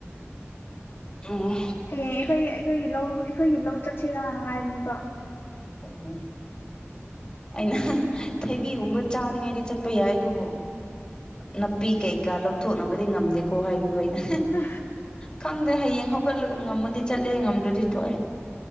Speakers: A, on the left; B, on the left.
A: ꯎ
B: ꯍꯌꯦꯡ ꯑꯩꯈꯣꯏꯒꯤ ꯑꯩꯈꯣꯏꯒꯤ ꯂꯧ ꯑꯩꯈꯣꯏꯒꯤ ꯂꯧ ꯆꯠꯁꯦꯔꯥꯅ ꯍꯥꯏꯔꯅꯦꯕ
A: ꯑꯣ ꯑꯩꯅ ꯊꯩꯕꯤꯒꯨꯝꯕ ꯆꯥꯅꯤꯡꯉꯥꯏꯗꯤ ꯆꯠ ꯆꯞꯄ ꯌꯥꯏ ꯑꯗꯨꯕꯨ ꯅꯥꯄꯤ ꯀꯩꯀꯥ ꯂꯧꯊꯣꯛꯅꯕꯗꯤ ꯉꯝꯗꯦꯀꯣ ꯍꯥꯏꯕꯤꯕ ꯑꯩꯅ
B: ꯎ
A: ꯈꯪꯗ꯭ꯔꯦ ꯍꯌꯦꯡ ꯍꯧꯒꯠꯂꯒ ꯉꯝꯃꯗꯤ ꯆꯠꯂꯦ ꯉꯝꯗ꯭ꯔꯗꯤ ꯊꯣꯛꯑꯦ